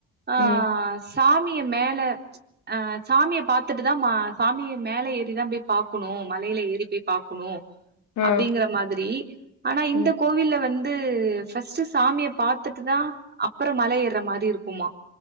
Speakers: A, on the right (about 35°); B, on the left (about 70°).
A: ஆ
B: ம்.
A: சாமிய மேல ஆ சாமிய பாத்துட்டுதா அ சாமிய மேல ஏறிதா பாக்கணும் மலையில ஏறி போய் பாக்கணும்
B: ஆ.
A: அப்டிங்கறப்ப மாதிரி ஆனா இந்த
B: ம்.
A: கோவில்ல வந்து ஃபர்ஸ்ட் சாமிய பாத்துட்டு தா அப்பற மல ஏற மாரி இருக்குமா